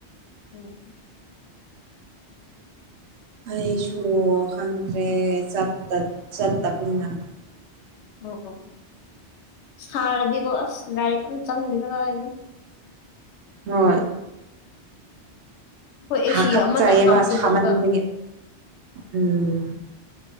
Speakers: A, on the left; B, on the right.
A: ꯎꯝ <inaudible>
B: ꯑꯩꯁꯨ ꯈꯪꯗ꯭ꯔꯦ ꯆꯠ ꯆꯠꯇꯕꯅꯤꯅ
A: ꯑꯣ ꯑꯣ ꯁꯥꯔꯗꯤꯀꯣ ꯑꯁ ꯂꯥꯏꯔꯤꯛ ꯑꯝ ꯆꯪꯗꯦ ꯀꯗꯥꯏꯗꯒꯤ
B: ꯍꯣꯏ
A: ꯑꯩꯈꯣꯏ ꯑꯦꯁꯤ
B: ꯍꯥꯀꯠꯆꯩꯕ
A: ꯑꯃꯇꯪ ꯍꯥꯞꯄꯗꯐꯥꯎꯗ
B: ꯁꯥꯃꯟꯕꯒꯤ ꯎꯝ